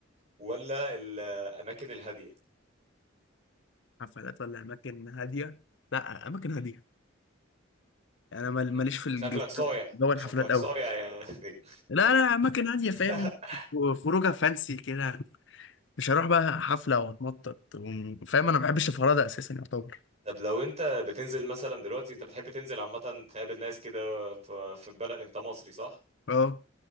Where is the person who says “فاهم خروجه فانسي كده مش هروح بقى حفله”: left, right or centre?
Left